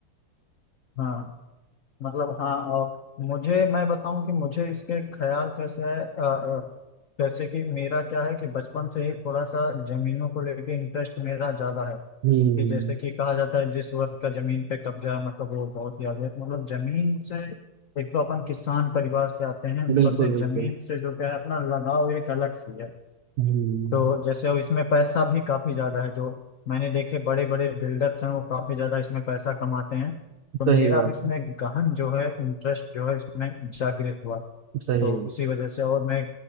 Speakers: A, on the left; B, on the right.
A: हाँ मतलब हाँ और मुझे मैं बताऊं कि मुझे इसके ख्याल कैसे है अ, अ, जैसे कि मेरा क्या है कि बचपन से ही थोड़ा सा जमीनों को लेके इंटरेस्ट मेरा ज्यादा है
B: हम्म
A: कि जैसे कि कहा जाता है जिस वर्ग का जमीन पे कब्जा है मतलब वो बहुत ही आगे है। मतलब जमीन से एक तो अपन किसान परिवार से आते हैं ऊपर
B: बिल्कुल
A: से जमीन
B: बिल्कुल
A: से जो क्या है अपना लगाव एक अलग से है
B: हम्म
A: तो जैसे अब इसमें पैसा भी काफी ज्यादा है जो मैंने देखे बड़े बड़े बिल्डर्स हैं वो काफी ज्यादा इसमें पैसा कमाते हैं तो मेरा
B: सही बात
A: भी इसमें गहन जो है इंटरेस्ट जो है इसमें जागृत हुआ
B: सही
A: तो इसी वजह से और मैं